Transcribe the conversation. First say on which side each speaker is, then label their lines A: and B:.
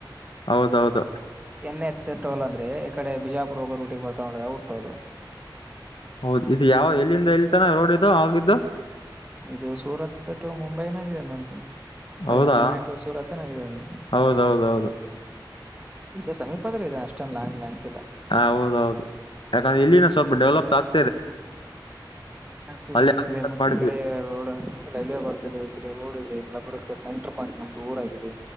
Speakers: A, on the left; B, on the right.
A: ಹೌದೌದು
B: ಎನ್ ಹೆಚ್ ಟೋಲ್ ಅಂದ್ರೆ ಈಕಡೆ ಬಿಜಾಪುರ್ ಹೋಗೋ ರೂಟಿಗೆ ಬರ್ತಾವ ನೋಡ ಅವು ಟೋಲ್.
A: ಹೌದು ಇದು ಯಾವ ಎಲ್ಲಿಂದ ಎಲ್ತಾನ ರೋಡ್ ಇದು ಆಗಿದ್ದು.
B: ಇದು ಸೂರತ್ ಟು ಮುಂಬೈನಾಗಾಗಿದೆ ನದು. ಮತ್ತ
A: ಹೌದಾ
B: ಇಲ್ಲ ಚೆನ್ನೈ ಟು ಸೂರತ್ತ ಏನೊ ಆಗಿದೆ <unintelligible>
A: ಹೌದೌದೌದು
B: ಇಲ್ಲ ಸಮೀಪದ್ರೆ ಇದ ಅಷ್ಟೊನ್ ಲಾಂಗ ಲೆಂತ್ ಇಲ್ಲ.
A: ಹ ಹೌದೌದು ಯಾಕಂದ್ರೆ ಇಲ್ಲಿನ ಸ್ವಲ್ಪ ಡೆವಲಪ್ ಆತ್.
B: ಆಗ್ತಿದೆ
A: ಅಲ್ಲಿ
B: ಆಗ್ತಿದೆ ಮತ್ತೆ
A: ಮಾಡ
B: ಈ ಕಡೆ ರೋಡ್ ರೈಲ್ವೆ ಬರ್ತಿದೆ. ಈ ಕಡೆ ರೋಡ್ ಇದೆ ನಬರ್ ಸೆಂಟರ್ ಪಾಯಂಟ್ ನಮ್ದ ಊರ್ ಆಗಿದೆ.